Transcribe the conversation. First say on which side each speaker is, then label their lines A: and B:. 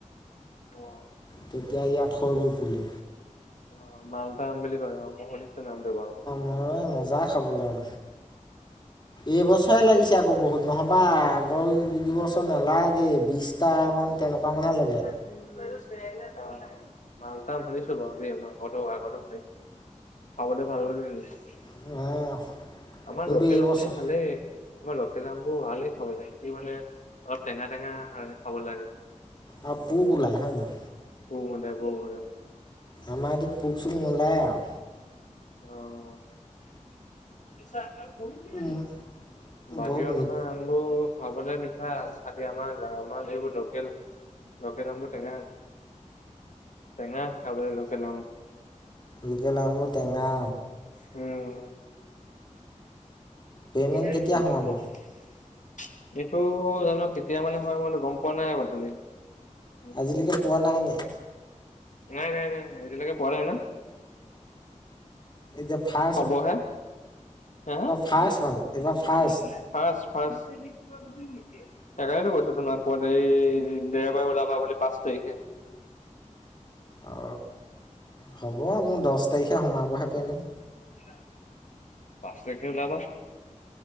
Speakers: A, on the left (about 75°); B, on the left (about 35°).
A: অ',
B: তেতিয়া ইয়াত হৈ গ'ল পুলি।
A: অ মালদা আম বুলি কয় মই শুনিছোঁ নামটো বাও।
B: হয় মজা খাবলে আম। এইবছৰে লাগিছে আক বহুত নহ'বা আগৰ বছ ছ নালাগে বিছটামান তেনেকুৱা মানহে লাগে।
A: <unintelligible> মালদা শুনিছো বাও দেই মই আগতো আগতো শুনি খাবলে ভাল লাগে বুলি শুনিছ
B: অ।
A: আমাৰ
B: কিন্তু
A: লোকেল
B: এইবছৰ
A: আমবোৰ ভালে আমাৰ লোকেল আমবোৰ ভালে খাবলে, টি মানে অলপ টেঙা টেঙা লাগে খাবলে।
B: আও পুক ওলাই হয় নাই?
A: পুক ওলাই পুক ওলাই।
B: আমাৰ এইটোত পুক চোক নোলায় আও।
A: অ। <unintelligible>
B: উম,
A: বাহিৰত
B: বহুত মি
A: আমাৰ আম বোৰ খাবলে মিঠা খালি আমাৰ গাঁৱৰ মাল এইবোৰ লোকেল লোকেল আমবো টেঙা, টেঙা খাবলে লোকেল আম।
B: লোকেল আমবোৰ টেঙা।
A: উম।
B: পে'মেণ্ট
A: <unintelligible>
B: কেতিয়া সোমাব
A: এইটো জানো কেতিয়া মানে হয় মইতো গ'ম পোৱা নাই অতলি <unintelligible>
B: আজিলৈকে পোৱা নাই নি
A: নাই, নাই, নাই, নাই এতিয়ালৈকে পঢ়া নাই ন?
B: এতিয়া ভাত
A: হ'ব হে, হে হে? <unintelligible>
B: ফাৰ্ষ্ট মানে এইবাৰ ফাৰ্ষ্ট
A: ফাষ্ট, ফাষ্ট <unintelligible> সেইকাৰণ কৈছো তোমাক মই এই দেওবাৰে ওলাবা বুলি পাঁচ তাৰিখে।
B: অ হ'ব মোৰ দছ তাৰিখে সোমাবহে পে'মেণ্ট।
A: <unintelligible> পাঁচ তাৰিখে ওলাবা।